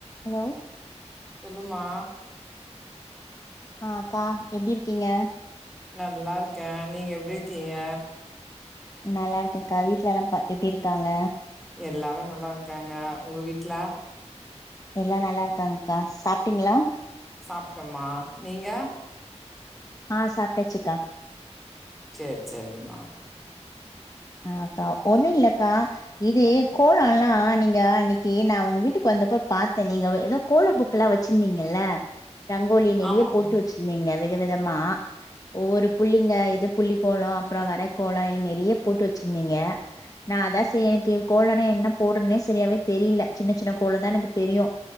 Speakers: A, on the left; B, in the centre.
A: Hello
B: சொல்லுமா
A: ஆ அக்கா எப்டி இருக்கீங்க
B: நல்லா இருக்கே நீங்க எப்டி இருக்கீங்க
A: நல்லா இருகக்கா வீட்லலாம் பா எப்டி இருக்காங்க
B: எல்லாரோ நல்லா இருக்காங்க உங்க வீட்ல
A: எல்லா நல்லா இக்காங்கா சாப்டீங்ளா
B: சாப்ட்டமா நீங்க
A: ஆ சாப்டாச்சுக்கா
B: செர் செரிமா
A: ஆ அகா ஒன்னில்லகா இதி கோலோ எல்லா நீங்க அன்னக்கு நா உங்க வீட்டுக்கு வந்த போ பாத்தேன் நீங்க ஏதோ கோல புக்கு எல்லா வச்சிருந்தீங்கல்ல ரங்கோலி நிறைய
B: ஆமா
A: போட்டு வச்சிருந்தீங்க விதவிதமா ஒவ்வொரு புள்ளிங்க இது புள்ளி கோலோ அப்றோ வர கோலோ ல்ல நிறைய போட்டு வச்சிருந்தீங்க. நா அத சே எனக்கி கோலனா என்ன போடனுன்னே சரியாவே தெரியில. சின்ன சின்ன கோலந்தான் எனக்கு தெரியு.